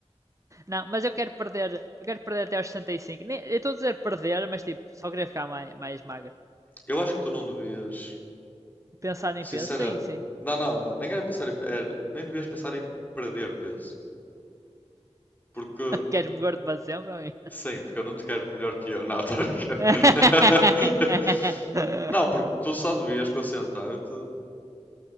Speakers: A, on the right; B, on the left.
A: Não, mas eu quero perder. Eu quero perder até aos sessenta e cinco Nem- Eu estou a dizer perder, mas tipo, só queria ficar mais, mais magro.
B: Eu acho que tu não devias
A: Pensar em
B: Sinceramente,
A: peso? Sim, sim.
B: não, não, não, nem era pensar em, era- nem devias pensar em perder peso, porque
A: <laughs> Queres-me gordo para sempre?
B: sim, porque eu não te quero melhor que eu, <laughs> não, tô a brincar.
A: <laughs>
B: <laughs> Não, porque tu só devias concentrar-te,